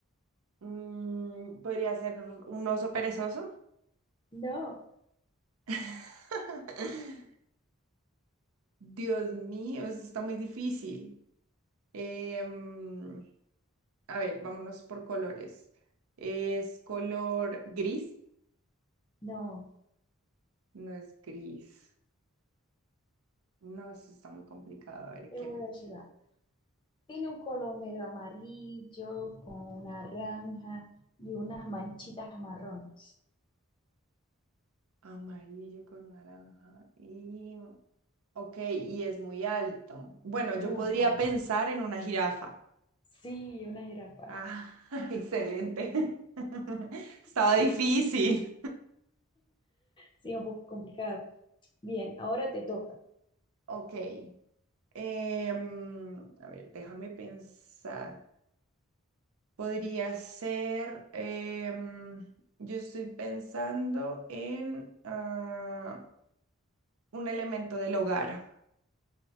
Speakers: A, on the right; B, on the left.
A: Mm, ¿podría ser un oso perezoso?
B: No,
A: <laughs> Dios mío, eso está muy difícil. Em, A ver, vámonos por colores. Es color gris.
B: no,
A: No es gris. No, eso está muy complicado. A ver,
B: te
A: qué
B: voy a ayudar. Tiene un color medio amarillo con naranja y unas manchitas marrones.
A: amarillo con naranja. Y... Ok, y es muy alto. Bueno,
B: Muy
A: yo podría
B: mal.
A: pensar en una jirafa.
B: Sí, una jirafa.
A: Ah, <laughs> excelente. <laughs> Estaba
B: Sí,
A: difícil.
B: sí, sí, un poco complicado. Bien, ahora te toca.
A: Ok. em, a ver, déjame pensar. Podría ser, em, yo estoy pensando en ah, un elemento del hogar.